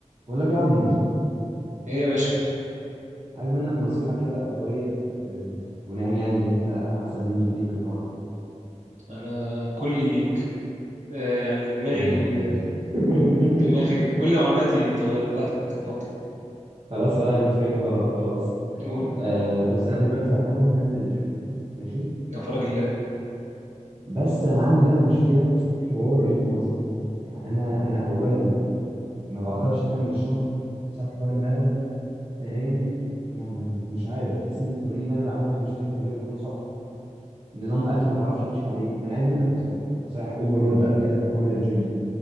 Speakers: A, on the right; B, on the right.
A: بقول لك يا عمور
B: ايه يا باشا
A: عايز منك نصيحة كده أخوية آه، بناء يعني إن أنت أحسن مني كتير في الحوار ده
B: انا كلي ليك آه يعني دماغي
A: يا نهار أبيض <laughs>
B: دماغي كل معلوماتي تغ- بتاعتك اتفضل
A: خلاص أنا هنتفهم غلط خلاص
B: قول قول.
A: آه بص أنا دلوقتي يعتبر هنزل جيم ماشي
B: يا فرج الله
A: بس أنا عندي بقى مشكلة في حوار المواظبة يعني أنا أنا أولا ما بقدرش أكمل الشهر بسبب حوار الملل ثانيا ما ما مش عارف بحس إن التمارين اللي أنا بعملها مش 100% بتكون صح نظام أكل ما بعرفش أمشي عليه فأنا عايز منك نصايح نصايح أوفرول بقى كده في حوار الجيم